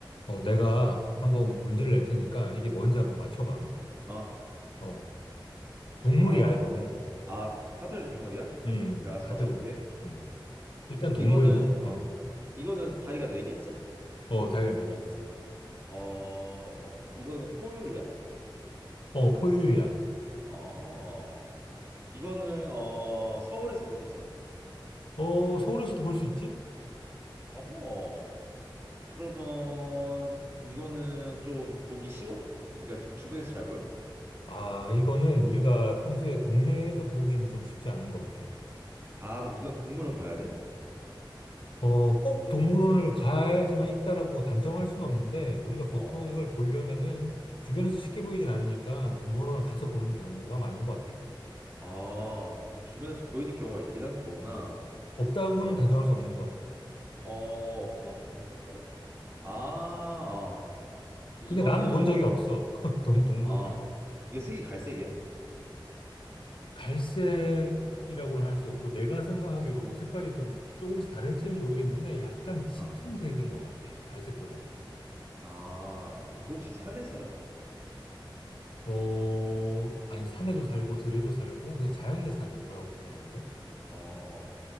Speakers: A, on the left (about 85°); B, on the right (about 35°).
A: 어, 내가 한번 문제를 낼 테니까 이게 뭔지 한번 맞춰봐.
B: 아,
A: 어, 동물이야,
B: 어,
A: 이거는.
B: 아, 카테르 동물이야?
A: 음,
B: 오케이, 알았어,
A: 카테고리.
B: 맞춰볼게.
A: 동- 음. 일단 동물이고,
B: 이거는, 어,
A: 어,
B: 이거는 다리가 네 개 있어?
A: 어, 다리가 네 개 있어.
B: 어, 이거는 포유류야?
A: 어, 포유류야.
B: 어허. 이거는, 어, 서울에서 볼 수 있어?
A: 어, 서울에서도 볼 수 있지?
B: 어허. 그러면, 이거는 좀 보기 쉬워? 그러니까 좀 주변에서 잘 보여?
A: 아, 이거는 우리가 평소에 동네에서 보기는 좀 쉽지 않은 것 같아.
B: 아, 그럼 이건 동물원 가야 돼?
A: 어, 꼭 동물원을 가야지만 있다라고 단정할 수는 없는데, 우리가 보통
B: 어.
A: 이걸 보려면은 주변에서 쉽게 보이진 않으니까 동물원을 가서 보는 경우가 많은 것 같아.
B: 아, 근데 주변에서 보이는 경우가 있긴 하는 거구나.
A: 없다고는
B: 어,
A: 단정할 수 없는 것 같아.
B: 어, 없다고 던져봤었다고? 아, 그럼
A: 근데
B: 이거는
A: 난 본 적이
B: 어,
A: 없어. <laughs> 동, 동물원
B: 아,
A: 말고는.
B: 이거 색이 갈색이야?
A: 갈색이라고는 할 수 없고, 내가 생각하기로 색깔이 좀 조금씩 다를지는 모르겠는데, 약간 짙은
B: 어,
A: 색인 것 같아. 갈색보다는 좀 더.
B: 아, 이거 혹시 산에 살아?
A: 어, 아니, 산에도 살고, 들에도 살고, 그냥 자연에
B: 어,
A: 사는 거라고 생각하는데?
B: 어,